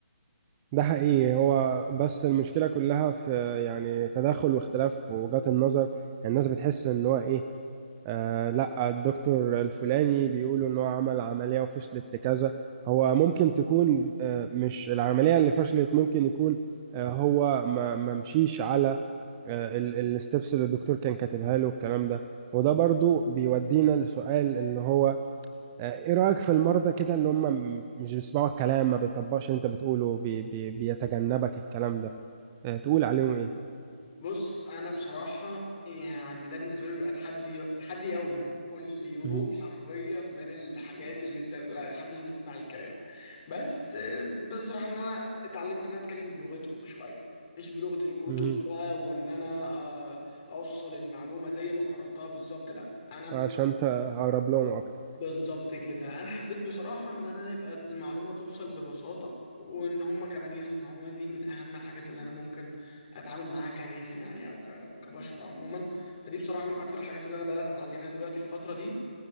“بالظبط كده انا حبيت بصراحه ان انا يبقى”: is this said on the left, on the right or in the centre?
Left